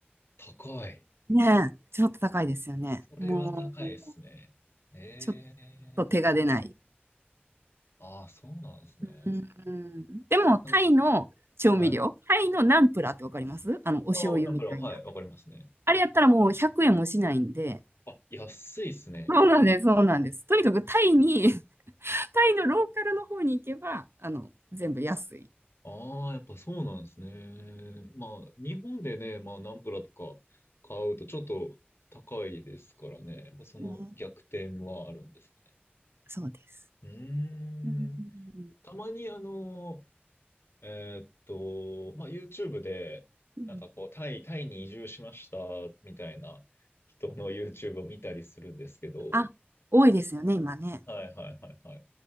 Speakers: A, on the left; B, on the right.
A: 高い。
B: ねえ、ちょっと高いですよね。
A: それは高いですね。
B: もう、
A: ええ
B: ちょっと手が出ない。
A: ああー、そうなんですね。
B: うんうんでも、タイの調味料、
A: なんかはい。
B: タイのナンプラーってわかりますあの、お醤油みたいな。
A: ああ、なんか、はい、わかりますね。
B: あれやったらもう100円もしないんで、
A: あ、安いですね。
B: そうなんです、そうなんです。とにかくタイに、<laughs> タイのローカルの方に行けば、あの、全部安い。
A: ああ、やっぱそうなんですね。まあ、日本でね、まあ、ナンプラとか買うとちょっと高いですからね。やっぱその逆転はあるんですね。
B: ね、そうです。
A: うー
B: うんうん
A: ん。たまにあの、えーっと、まあ、YouTube で、
B: うん
A: なんかこう、タイ、タイに移住しましたみたいな人の YouTube を見たりするんですけど、
B: あ、多いですよね、今ね。
A: はいはいはいはい。